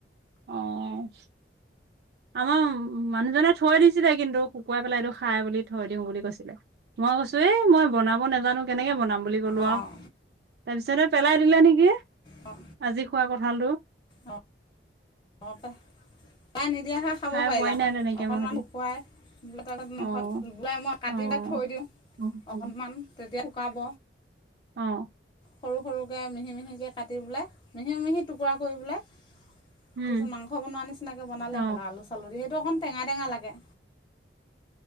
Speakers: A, on the right (about 60°); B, on the left (about 25°).
A: অঁ। আমাৰ মানুহজনে থৈ দিছিলে, কিন্তু শুকুৱাই পেলাই এইটো খাই বুলি থৈ দিওঁ বুলি কৈছিলে। মই কৈছো এ মই বনাব নাজানো কেনেকে বনাম বুলি কলো
B: অঁ
A: আও, তাৰ পিছত পেলাই দিলে নেকি।
B: অঁ।
A: আজি খোৱা কঁঠালটো।
B: অঁ <inaudible> খাব পাৰিলা
A: খাই পোৱাই নাই
B: হয়,
A: তেনেকে
B: অকণমান
A: মই সেতি
B: শুকুৱাই মাংসত
A: অ
B: বোৱাই মই কাটি
A: অ
B: বা থৈ দিওঁ।
A: <inaudible>
B: অমান তেতিয়া শুকাব।
A: অঁ।
B: সৰু সৰুকে মিহি মিহিকে কাটি পেলাই মিহি মিহি টুকুৰা কৰি পেলাই। তাৰপিছত
A: উম
B: মাংস বনোৱা নিচিনাকৈ বনাল
A: অ
B: হ'ল, আল চউৰি সেইটো অকণ টেঙা টেঙা লাগে।